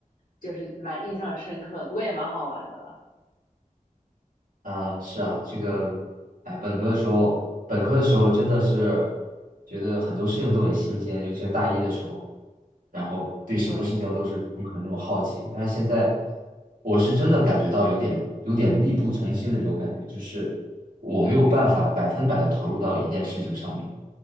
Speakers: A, on the left; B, on the right.
A: 就是蛮印象深刻，不过也蛮好玩的了。
B: 啊，是啊，这个，哎，本科的时候，本科的时候真的是觉得很多事情都很新鲜，尤其是大一的时候。然后对什么事情都是充满那种好奇。
A: 对，
B: 但是现在，我是真的感觉到有点有点力不从心的这种感觉，就是我没有办法百分百的投入到一件事情上面。